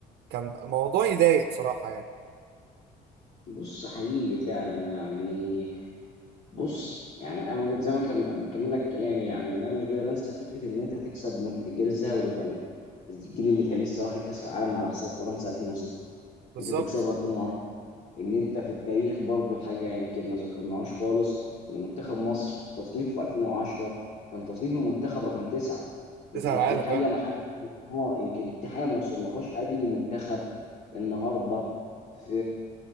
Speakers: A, on the right; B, on the left.
A: كان موضوع يضايق بصراحه يعني
B: بص حقيقي فعلا يعني بص يعني انا موجود زي ما كم- كمل لك كلامي يعني إن انا مش قادر انسى فكره ان انت تكسب منت- الجيل الذهبي لايطاليا الجيل اللي كان لسه واخد كاس العالم على حساب فرنسا 2006
A: بالظبط
B: انت تكسبه 2010 ان انت في التاريخ برضو حاجه يمكن ما ذكرناهاش خالص ان منتخب مصر في تصنيفه 2010 كان تصنيف المنتخب رقم تسعه يمكن
A: كاس العالم
B: دي حاجه
A: فعلا
B: ما حد اه يمكن دي حاجه ما وصلهاش اي منتخب النهارده في